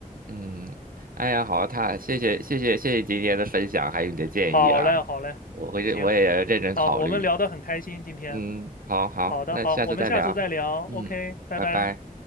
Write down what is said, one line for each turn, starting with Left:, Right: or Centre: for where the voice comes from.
Right: 嗯，哎呀，好，他谢谢谢谢谢谢今天的分享，还有你的建议啦，
Left: 好嘞，好嘞，
Right: 我会我也认真考虑。
Left: 行，好，我们聊得很开心今天。
Right: 嗯，好好，
Left: 好的，
Right: 那下次再聊。
Left: 好，我们下次再聊。OK，
Right: 嗯，
Left: 拜拜。
Right: 拜拜。